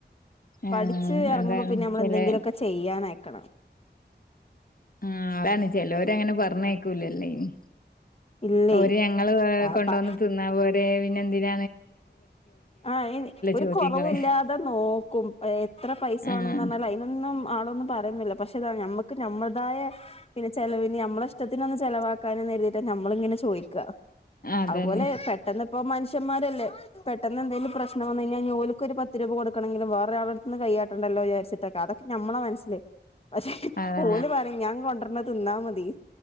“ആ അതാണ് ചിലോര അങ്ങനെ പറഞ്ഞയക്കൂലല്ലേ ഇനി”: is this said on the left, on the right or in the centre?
Left